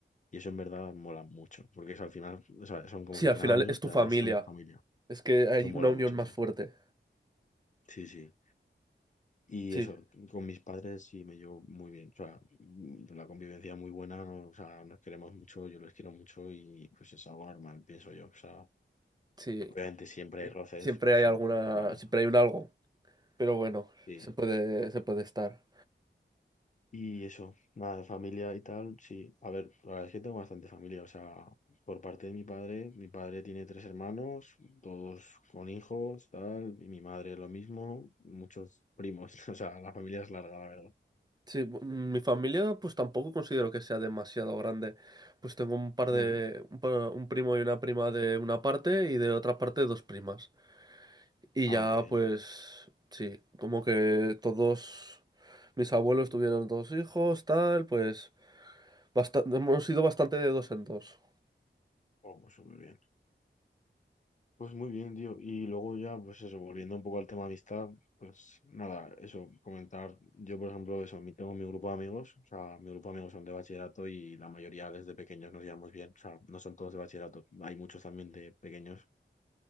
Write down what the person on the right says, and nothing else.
Sí,
al
final
es
tu familia.
Es que hay
una unión
más
fuerte.
Sí,
sí.
Siempre
hay alguna,
siempre hay un algo. Pero bueno,
se puede, se puede estar.
Sí, bu- mm, mi familia pues tampoco considero que sea demasiado grande. Pues tengo un par
de, un, pa- un primo y una prima de una parte y de otra parte dos primas. Y
ya
pues sí, como que todos mis abuelos tuvieron dos hijos, tal, pues basta- hemos sido bastante de dos en dos.